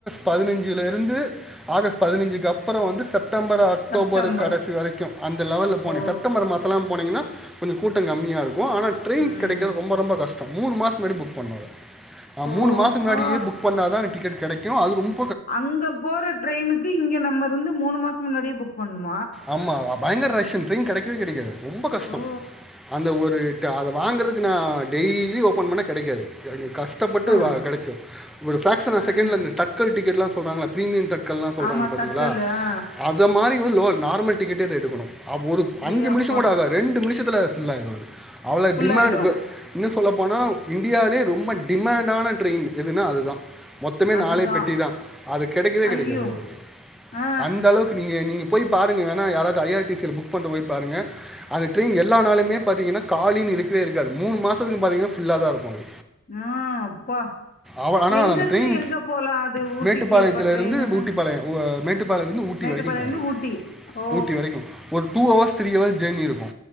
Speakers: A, in the centre; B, on the left.
A: பதினஞ்சுல இருந்து ஆகஸ்ட் பதினஞ்சுக்கு அப்றொ வந்து செப் டம்பர் அக்டோபரு
B: செப்டம்பர்
A: கடைசி வரைக்கு அந்த லெவெல்ல போனே
B: ஓ
A: செப்டம்பர் மாசொலா போனிங்கனா கொஞ்ஜொ கூட்டொ கம்மியாருக் ஒ ஆனா ட்ரெயின்
B: ம்
A: கெடைக்கது ரொம்பொ ரொம்பொ கஷ் மூணு மாசக் முன்னாடி புக் பண்ணனு அத அ
B: ஓ
A: மூணு மாசக் முன்னாடியே
B: ஆ
A: புக் பண்ணாதா டிக்கெட் கெடைக் கு அது ரொம்
B: அங்க போற ட்ரெயினுக்கு இங்க நம்ம இருந்து மூணு மாசோ முன்னாடியே புக் பண்ணும்
A: ஆமா வ பயங்கர ரஷ் ட்ரெயின் கெடைக்கவே கெடைக்காது ரொம்பொ கஷ்டொ
B: ஓ
A: அந்த ஒரு டு அத வாங்றதுக்கு நா டெய்லி ஓப்பன் பண்ணா கெடைக்காது யானி கஷ்டப்பட்டு வா
B: ஆ
A: கெடச்சத் ஒரு ஃபேக்ஷனா
B: ம்
A: செகெண்ட்ல இந்த டக்கல் டிக்கெட்லாஸ் சொல்றாங்கள த்ரீமியம்கட் க்கல்லா சொல்றாங்க
B: ஆமா
A: பாத்திங்களா
B: தட்கல்லு ஆ
A: அத மாரி உ லோல் நார்மல் டிக்கெட்டெ அதெடுக்கணு அப் ஒரு அஞ்சு
B: ஏ
A: மிநிஷோ
B: அப்பா
A: கூட ஆகாது ரெண்டு மிநிஷத் த்துல ஃபுல்லாயிரு அது அவ்ளோ
B: ஃபுல்லாயிடு
A: டிமாண்ட்டுங்க இன்னுஸ் சொல்ல போனா இந்தியாலே ரொம்ப டிமாண்டான ட்ரெயின் எதுன்னா அதுதா மொத்தமே
B: அதுதா
A: நாளே பெட்டி தா அது கெடைக்கவே
B: ஐயோ
A: கெடைக்காது ஒங்களுக்கு
B: ஆ
A: அந்த அளவுக்கு நீங்க நீங் பாருங்க வேணா யாராது ஐ ஆர் டிசி ல புக்பண்றத போய் பாருங்க அந்த ட்ரெயின் எல்லா நாளுமே பாத்தீங்கன்னா காலின்னு இருக்கவே இருக்காது மூணு மாசதுக்கு பாத்தீங்கன்னா ஃபில்லாதா இருக்கு அது
B: ஆஹ் அப்பா
A: அவ ஆனால்
B: எங்க
A: அந்த
B: இருந்து
A: ட்ரெயின்
B: எங்க போலா அது ஊட்டிக்கு
A: மேட்டுப்பாளையத்துலேருந்து
B: இப்ப ட்ரெயின்னா
A: ஊட்டிப்பாளையம் ஊ- மேட்டுப்பாளையத்துலேருந்து ஊட்டி
B: மேட்டுப்பாளையம்
A: வரைக்கும் போகும்
B: இருந்து
A: அது
B: ஊட்டி ஓ
A: ஊட்டி வரைக்கு ஒரு two hours three hours journey இருக்கு